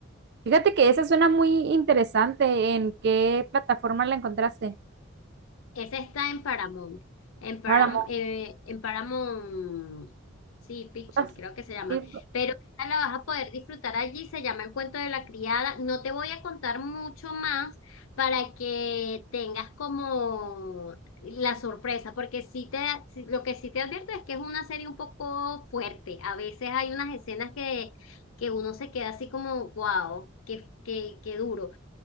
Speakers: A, on the right; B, on the left.
A: fíjate que esa suena muy interesante. ¿En qué plataforma la encontraste?
B: Esa está en Paramount. En Param-
A: Paramount
B: eh, en Paramount Sí, Picture,
A: Plus.
B: creo que se llama.
A: Sí,
B: Pero esta la vas a poder disfrutar allí, se llama El cuento de la criada. No te voy a contar mucho más para que tengas como la sorpresa, porque sí te, sí- lo que sí te advierto es que es una serie un poco fuerte. A veces hay unas escenas que, que uno se queda así como, wow, qué, qué, qué duro,